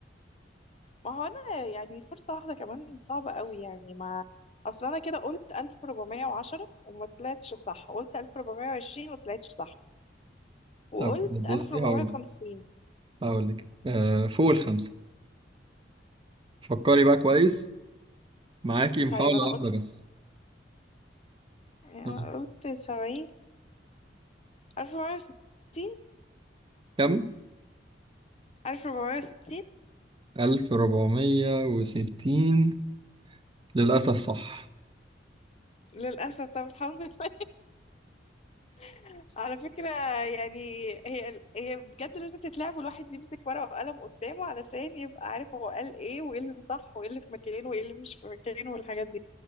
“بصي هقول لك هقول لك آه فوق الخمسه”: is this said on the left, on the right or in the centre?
Right